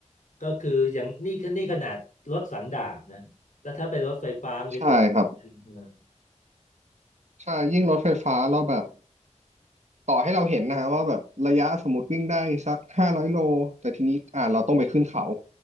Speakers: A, on the left; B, on the right.
A: ก็คืออย่างนี่นี่ขนาดรถสันดาปนะแล้วถ้าเป็นรถไฟฟ้ามันจะเกิดอืม
B: ใช่ครับใช่ยิ่งรถไฟฟ้าเราแบบต่อให้เราเห็นนะฮะว่าแบบระยะสมมติวิ่งได้สักห้าร้อยโล แต่ทีนี้อ่าเราต้องไปขึ้นเขา